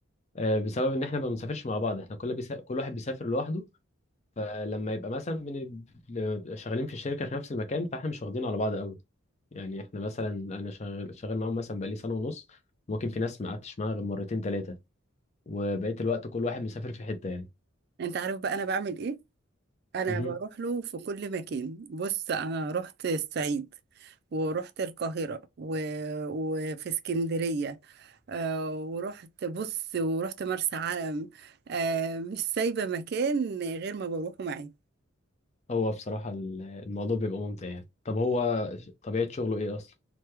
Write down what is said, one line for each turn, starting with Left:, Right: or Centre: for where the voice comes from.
Left: آه بسبب ان احنا ما بنسافرش مع بعض احنا كل بيسا... كل واحد بيسافر لوحده فلما يبقى مثلا بن... شغالين في الشركه في نفس المكان فاحنا مش واخدين على بعض قوي يعني احنا مثلا انا شغال شغال معاهم مثلا بقالي سنه ونص ممكن في ناس ما قعدتش معاها غير مرتين ثلاثه وبقيت الوقت كل واحد مسافر في حته يعني
Right: أنت عارف بقى أنا بعمل إيه؟ انا
Left: مهم.
Right: بروح له في كل مكان بص انا رحت الصعيد ورحت القاهرة و... وفي اسكندرية آه ورحت بص ورحت مرسى علم آه مش سايبة مكان غير ما بروحه معاه
Left: هو بصراحه ال- الموضوع بيبقى ممتع يعني طب هو ش- طبيعه شغله ايه اصلا